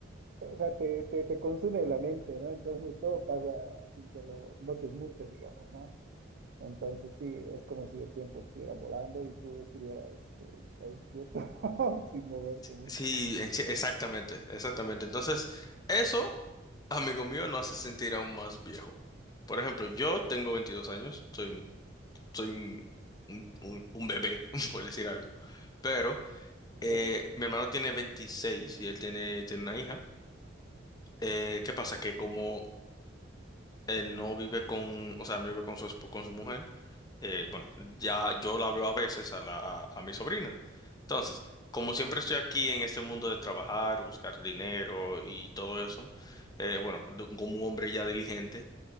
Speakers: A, on the right (about 60°); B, on the left (about 20°).
A: O sea, te, te, te consume la mente, ¿no? Entonces todo pasa sin que lo notes mucho, digamos, ¿no? Entonces sí, es como si el tiempo estuviera volando y tú estuvieras eh, ahí quieto, <laughs> sin moverte mucho.
B: Sí, en sí- exactamente, exactamente. Entonces, eso, amigo mío, no hace sentir aún más viejo. Por ejemplo, yo tengo 22 años, soy, un- soy un, un, un- un bebé, <laughs> por decir algo, pero
A: Eh,
B: Eh, mi hermano tiene 26 y él tiene, tiene una hija. Eh, ¿qué pasa? Que como él no vive con, o sea, no vive con su, esp- con su mujer, eh, bueno, ya yo la veo a veces a, la, a, a mi sobrina. Entonces, como siempre estoy aquí en este mundo de trabajar, buscar dinero y todo eso, eh, bueno, de- como un hombre ya diligente,